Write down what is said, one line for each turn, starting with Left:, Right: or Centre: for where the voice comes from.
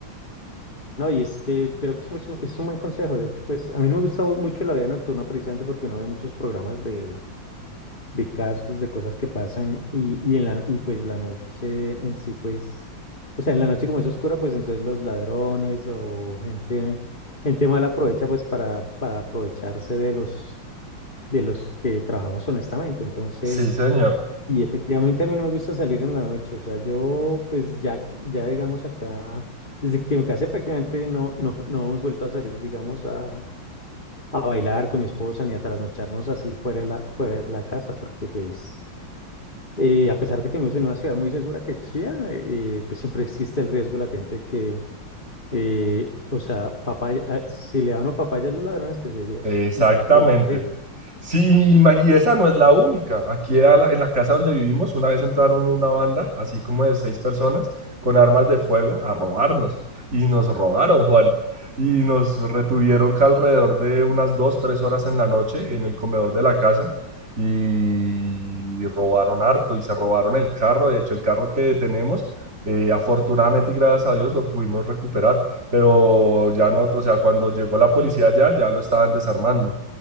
Left: No, y es que creo que es un, es un buen consejo. De hecho, pues a mí no me gusta mucho la vida nocturna precisamente porque uno ve muchos programas de, de casos, de cosas que pasan y, y, en la, y pues la noche en sí, pues, o sea, en la noche como es oscura, pues entonces los ladrones o gente, gente mala aprovecha pues para, para aprovecharse de los, de los que trabajamos honestamente. Entonces,
Right: Sí, señor,
Left: y efectivamente a mí no me gusta salir en la noche, o sea, yo pues ya, ya digamos acá, desde que me casé prácticamente no, no, no hemos vuelto a salir, digamos, a... a bailar con mi esposa ni a trasnocharnos así fuera de la, fuera de la casa, porque pues eh, a pesar de que vivimos en una ciudad muy segura que es Chía, eh, pues siempre existe el riesgo latente de que, eh, o sea, papaya, ah, si le dan una papaya a los ladrones, pues ellos
Right: exactamente.
Left: van a aprovechar eso.
Right: Sí, y, ma- y esa no es la única. Aquí a la- en la casa donde vivimos, una vez entraron una banda, así como de seis personas, con armas de fuego a robarnos. Y nos robaron, Juan. Y nos retuvieron que alrededor de unas dos, tres horas en la noche en el comedor de la casa. Y robaron harto y se robaron el carro. De hecho, el carro que tenemos, eh, afortunadamente y gracias a Dios, lo pudimos recuperar. Pero ya no, o sea, cuando llegó la policía ya, ya lo estaban desarmando.